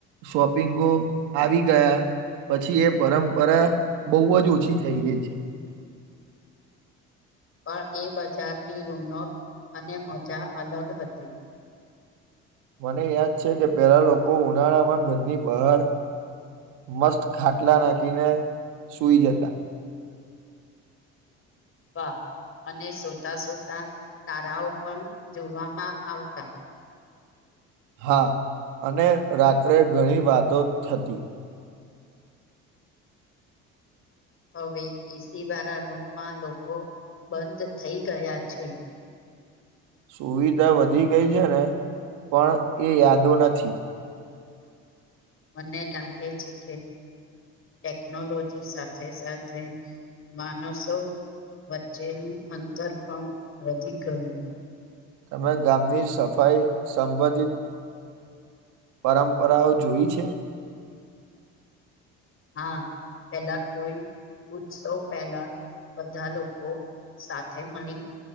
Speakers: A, on the right (about 85°); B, on the left (about 45°).
A: શોપિંગો આવી ગયા પછી એ પરંપરા બવ જ ઓછી થઈ ગઈ છે
B: <inaudible> પ એ બજારની રોનક અને મજા અલગ હતી
A: મને યાદ છે કે પહેલા લોકો ઉનાળામાં ઘરની બહાર મસ્ત ખાટલા નાખીને સુઈ જતા
B: વાહ અને સુતા સુતા તારાઓ પણ જોવામાં આવતા
A: હા અને રાત્રે ઘણી વાતો થતી
B: હવે એસીવારા રૂમમાં લોકો બંધ થઈ ગયા છે
A: સુવિધા વધી ગઈ છે ને પણ એ યાદો નથી
B: મને લાગે છે કે ટેકનોલોજી સાથે સાથે માણસો વચ્ચેનું અંતર પણ વધી ગયું.
A: તમે ગામની સફાઈ સંબંધિત પરંપરાઓ જોઈ છે
B: હા પેલા કોઈ ઉત્સવ પહેલા બધા લોકો સાથે મળી